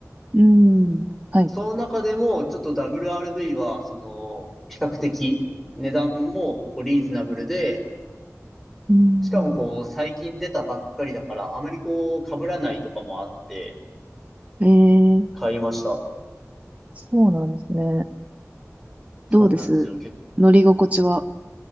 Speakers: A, on the right; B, in the centre.
A: うーん。はい。
B: その中でも、ちょっと WRV は、その、比較的、値段もこうリーズナブルで、
A: うーん。
B: しかもこう、最近出たばっかりだから、あまりこう、被らないとかもあって、
A: えー、
B: 買いました。
A: そうなんですね。
B: そうなんですよ。
A: どうです乗り心地は。
B: 結